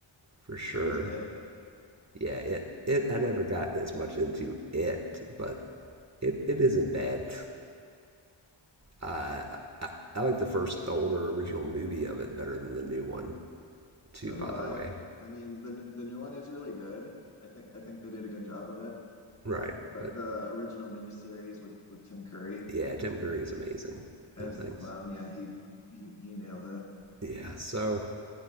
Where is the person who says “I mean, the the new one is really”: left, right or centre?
Left